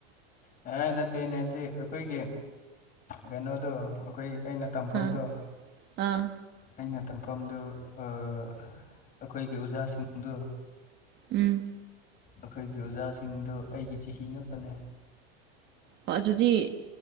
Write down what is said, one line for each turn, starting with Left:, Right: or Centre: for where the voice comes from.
Left: ꯑ ꯅꯠꯇꯦ ꯑꯩꯅ ꯍꯥꯏꯕꯗꯤ ꯑꯈꯣꯏꯒꯤ ꯒꯩꯅꯣꯗꯣ ꯑꯈꯣꯏꯒꯤ ꯑꯩꯅ ꯇꯝꯐꯝꯗꯣ
Right: ꯑꯥ ꯑꯥ
Left: ꯑꯩꯅ ꯇꯝꯐꯝꯗꯨ ꯑꯥ ꯑꯩꯈꯣꯏꯒꯤ ꯑꯣꯖꯥꯁꯤꯡꯗꯨ
Right: ꯎꯝ
Left: ꯑꯩꯈꯣꯏꯒꯤ ꯑꯣꯖꯥꯁꯤꯡꯗꯣ ꯑꯩꯒꯤ ꯆꯍꯤ ꯉꯥꯛꯇꯅꯦ
Right: ꯑꯣ ꯑꯗꯨꯗꯤ